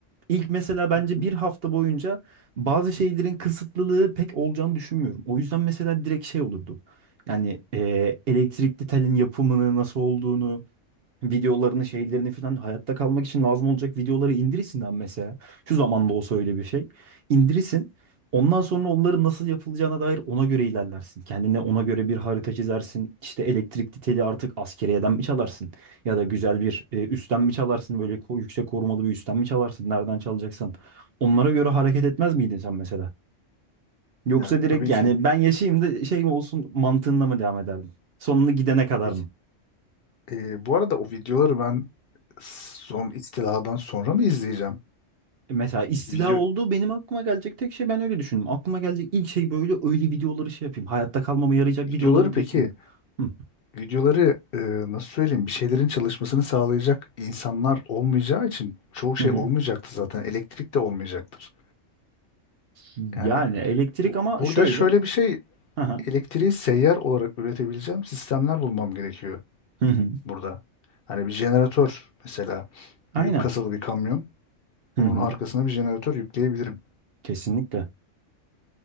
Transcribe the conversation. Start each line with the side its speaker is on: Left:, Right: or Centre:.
Right: İlk mesela bence
Left: Hı hı.
Right: bir hafta boyunca bazı şeylerin kısıtlılığı pek olacağını düşünmüyorum. O yüzden mesela direkt şey olurdu. Yani e, elektrikli telin yapımını nasıl olduğunu videolarını, şeylerini falan hayatta kalmak için lazım olacak videoları indirsin lan mesela. Şu zamanda olsa öyle bir şey. İndirirsin. Ondan sonra onların nasıl yapılacağına dair ona göre ilerlersin. Kendine ona göre bir harita çizersin. İşte elektrikli teli artık askeriyeden mi çalarsın? Ya da güzel bir e, üstten mi çalarsın? Böyle ko- yüksek korumalı bir üstten mi çalarsın? Nereden çalacaksan. Onlara göre hareket etmez miydin sen mesela? Yoksa
Left: Yani
Right: direkt
Left: tabii
Right: yani
Left: ki.
Right: ben yaşayayım da şey mi olsun mantığında mı devam ederdin? Sonunu gidene kadar
Left: Peki.
Right: mı?
Left: Ee, bu arada o videoları ben son istiladan sonra mı izleyeceğim?
Right: Mesela istila
Left: Video
Right: olduğu benim aklıma gelecek tek şey ben öyle düşündüm. Aklıma gelecek ilk şey böyle öyle videoları şey yapayım. Hayatta kalmama yarayacak
Left: videoları
Right: videoları
Left: peki
Right: direkt in. Hı.
Left: videoları e, nasıl söyleyeyim bir şeylerin çalışmasını sağlayacak insanlar olmayacağı için çoğu şey
Right: Hı hı.
Left: olmayacaktı zaten. Elektrik de olmayacaktır.
Right: Yani
Left: Yani
Right: elektrik
Left: o-
Right: ama
Left: burada
Right: şöyle.
Left: şöyle bir şey
Right: Hı hı.
Left: elektriği seyyar olarak üretebileceğim sistemler bulmam gerekiyor.
Right: Hı hı.
Left: burada. Hani bir jeneratör mesela
Right: Aynen.
Left: büyük kasalı bir kamyon.
Right: Hı
Left: Onun
Right: hı.
Left: arkasına bir jeneratör yükleyebilirim.
Right: Kesinlikle.